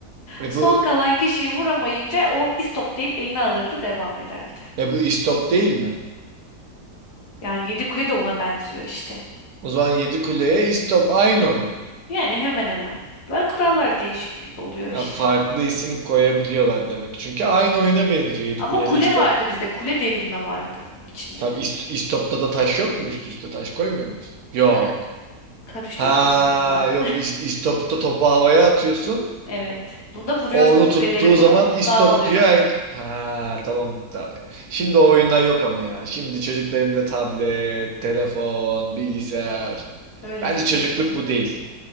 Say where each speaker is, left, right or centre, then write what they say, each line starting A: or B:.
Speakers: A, on the right; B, on the left.
A: e
B: Son
A: bu
B: kalan kişiyi vuramayınca o istop deyip eline alırdı devam ederdi.
A: e bu İstop değil mi?
B: Yani yedi kule de ona benziyor işte.
A: O zaman Yedi Kule'ye İstop aynı oyun.
B: Yani hemen hemen. Böyle kurallar değişiklik oluyor işte.
A: Ha, farklı isim koyabiliyorlar demek. Çünkü aynı oyuna benziyor. Yedi
B: Ama
A: Kuleli
B: kule
A: İstop
B: vardı bizde. Kule devirme vardı içinde.
A: Tam ist- istopta da taş yok mu? Üst üste taş koymuyor muyuz? Yok.
B: Yani karıştırdı
A: Ha
B: galiba.
A: yok is- istopta topu havaya atıyorsun.
B: Evet. Bunda vuruyorsun
A: O onu
B: kuleleri
A: tuttuğu
B: vurup
A: zaman istop
B: dağılıyor.
A: diyor. her- Ha tamam. Ta- Şimdi o oyunlar yok ama ya. Şimdi çocukların da tablet, telefon, bilgisayar.
B: Öyle
A: Bence
B: tabii
A: çocukluk
B: ki.
A: bu değil.